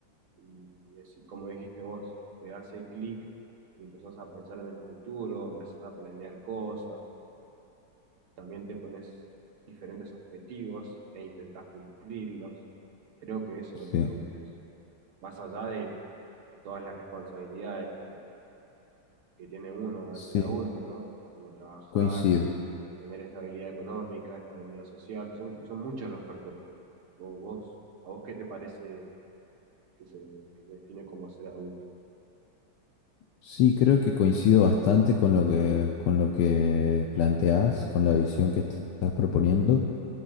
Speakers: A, on the right; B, on the left.
A: y así como dijiste vos, te hace clic y empezás a pensar en el futuro, empezás a planear cosas, también te pones diferentes objetivos e intentás cumplirlos. Creo que eso
B: sí,
A: es la adultez, más allá de todas las responsabilidades que que tiene uno al
B: sí,
A: ser adulto, ¿no? Como trabajar,
B: coincido.
A: tener estabilidad económica, estabilidad social, son, son muchos los factores. Vos, vos- ¿a vos qué te parece que se, que se define como ser adulto?
B: Sí, creo que coincido bastante con lo que, con lo que planteás, con la visión que est- estás proponiendo.